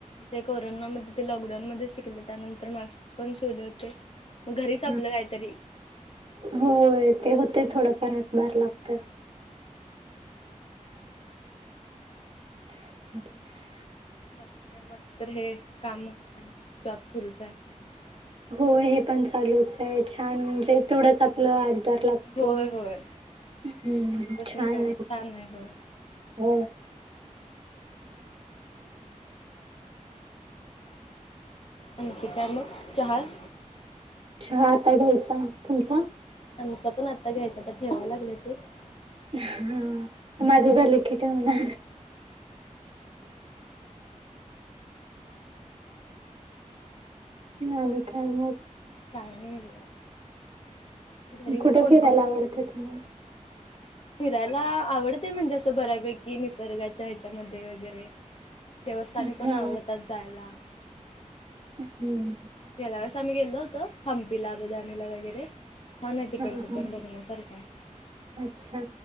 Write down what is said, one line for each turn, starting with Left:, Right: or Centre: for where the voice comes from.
Left: ते कोरोनामध्ये ते लॉकडाऊन मध्ये शिकले त्यानंतर, मास्क पण शिवले होते. मग घरीच
Right: हा
Left: आपलं काहीतरी.
Right: होय ते होतेय थोडंफार हातभार लागतय.
Left: हा
Right: अे <inaudible>
Left: बाकी त्या मत तर हे, काम आणि जॉब सुरूच आहे. काय
Right: हो हे पण चालूच आहे छान म्हणजे, तेथोडंच आपलं र लागतो.
Left: होय होय
Right: हम्
Left: घरी बसून
Right: छान
Left: तेवढं
Right: आहे.
Left: छान होय.
Right: हो,
Left: अख का मग जहाज
Right: चहा आता घ्यायचा. तुमचा?
Left: आमचा पण आता घ्यायच तर ठेवाय लागलं तेच.
Right: हा माझं झालं की ठेवणार. नाही काय मग <unintelligible>
Left: काही नाही बघा घरी
Right: कुठे
Left: मग कोण
Right: फिरायला
Left: कोण अस
Right: आवडतं तुम्हाला?
Left: फिरायला आवडते म्हणजे असं बऱ्यापैकी निसर्गाच्या ह्याच्यामध्ये वगैरे देवस्थानी
Right: हा
Left: पण आवडतात जायला.
Right: हम्म
Left: त्यावेळेस आम्ही गेलो होतो हंपीला बदामीला वगैरे छान आहे तिकडचं
Right: हा हा
Left: पण बघण्यासारख आहे.
Right: अच्छा